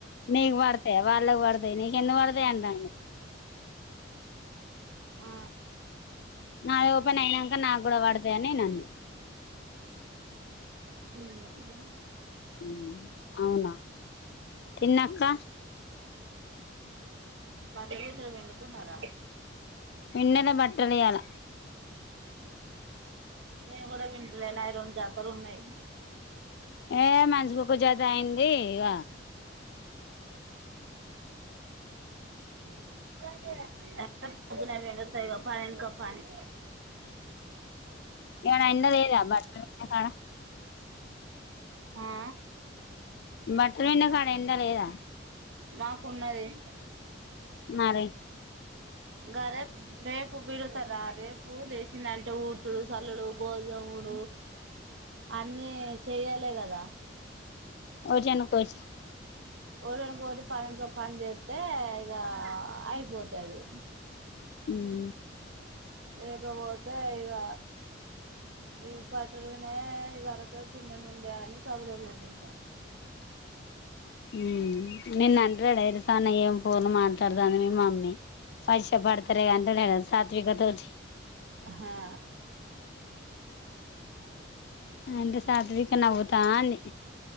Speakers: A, on the left (about 55°); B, on the right (about 75°).
A: నీక్ పడ్ తే వాళ్ళకు పడతాయి నీకు ఎందుకు పడతాయి అంటాండు
B: ఆ
A: నాది ఓపెన్ అయినాంక నాక్ కూడా పడతాయని నేను అన్నా
B: మ్మ్
A: మ్మ్ అవునా తిన్నాక్క
B: <inaudible> వెండుకున్నారా
A: విన్నల బట్టల యాల
B: నేను కూడా వింటలేయ నాయి రండు జా ఉన్నాయ్
A: ఏ మంచి కుక్క జత అయ్యింది ఇగ
B: <unintelligible> ఇంకోపని కప్పాని
A: నిన్న ఎండలేదా బట్ట ఆ
B: ఆ
A: బట్టలు పిండే కాడ ఎండ లేదా
B: మాకున్నది తెయ
A: మరిే
B: గ రేపు రేపు బిడుతారా రేపు లేసిందంటే ఊడ్సుడు చల్లుడు గోధాముడు అన్నిీ చెయ్యాలి కదా
A: ఓజాను కోచి
B: ఒకటివెనుక ఒకటి పనిక పని చేస్తే ఇక అయిపోతాది
A: మ్మ్
B: లేకపోతే ఇద ఇ బట్టలునే వరకే పిండిని ఉండే అని సబిడే ఊరుకుంటాం
A: మ్ నిన్ను అంటాడా ఆయన సనా ఏం ఫోన్ మా దాని మీ మమ్మీ పరిశ్యా పడతారు కంట సాత్వికతోజి
B: హా
A: ఏంటి సాత్విక నవ్యు పానీ